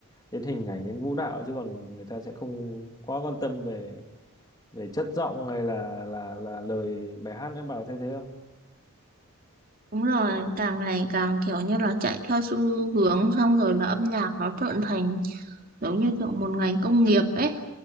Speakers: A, on the left (about 15°); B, on the right (about 40°).
A: đến hình ảnh đến vũ đạo chứ còn người ta sẽ không quá quan tâm về về chất giọng hay là là là lời bài hát nữa bà có thấy thế không
B: Đúng rồi, càng ngày càng kiểu như là chạy theo xu hướng xong rồi là âm nhạc nó trở thành giống như kiểu một ngành công nghiệp ấy.